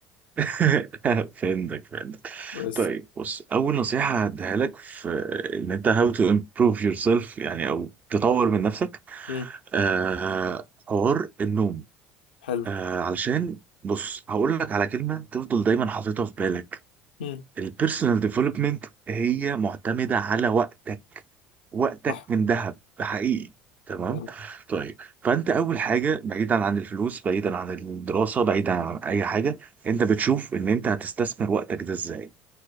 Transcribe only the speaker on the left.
بس
مم.
حلو
مم.
صح
فعلا.